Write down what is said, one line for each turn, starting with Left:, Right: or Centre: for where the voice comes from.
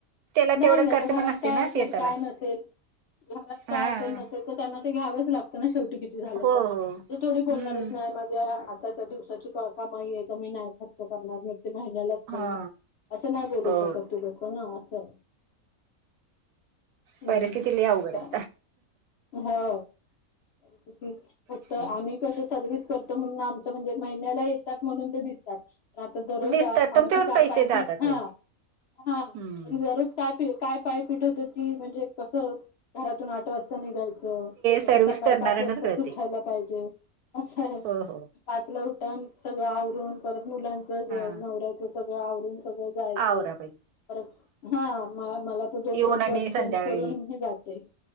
Right: तेला
Left: नाही
Right: तेवड
Left: आता
Right: खर्च पण
Left: घरात
Right: असतय
Left: काय
Right: ना
Left: असेल
Right: शेताला
Left: काय नसेल घरात
Right: हा
Left: काय असल नसेल त्यांना ते घ्यावच लागत ना शेवटी किती झाल
Right: हो
Left: तरी
Right: हो हम्म
Left: ते थोडी बोलनारेत नाय मा आताच्या दिवसाची का कामाई तर हे कमी नाय खर्च करणार महिन्याला ठेवनार
Right: हा
Left: असं नाय बोलू
Right: हो
Left: शकत ती लोक असंए हम्म
Right: परिस्थिती लय अवघडाय
Left: हो फक्त
Right: आता
Left: आम्ही कस सरविस करतो म्हणून आमच म्हणजे महिन्याला येत त्यात म्हणून ते दिसतय आता दररोज
Right: दिसतात
Left: आ
Right: तुमच्याकडून
Left: आमची काय
Right: पैसे
Left: पाय
Right: जातात
Left: पायपीट हा
Right: हो
Left: हा
Right: हम्म
Left: दरोज पायपीट काय पायपीट होती ती म्हणजे कस घरातून आठ वाजता निघायचं मग
Right: सर्व्हिस
Left: ते सकाळी
Right: करणाऱ्यांनाच
Left: पाच वाजताच
Right: कळते
Left: उठायला पाहिजे असाय
Right: हो हो
Left: पाचलं उटण सगळं आवरून परत मुलांच ज
Right: हा
Left: नवर्याच सगळं आवरून सगळं जायचं
Right: आवरा पाहिजे
Left: परत हा माला मला तर दोन
Right: येऊन
Left: दोन
Right: आणि
Left: बस
Right: संध्याकाळी
Left: चेंज करून मी जाते.